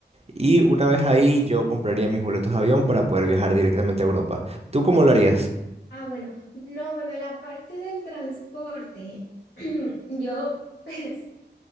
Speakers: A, on the right; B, on the left.
A: Y una vez ahí yo compraría mis boletos de avión para poder viajar directamente a Europa. ¿Tú cómo lo harías?
B: Ah, bueno, no, bueno, la parte del transporte, <clears throat> yo <laughs>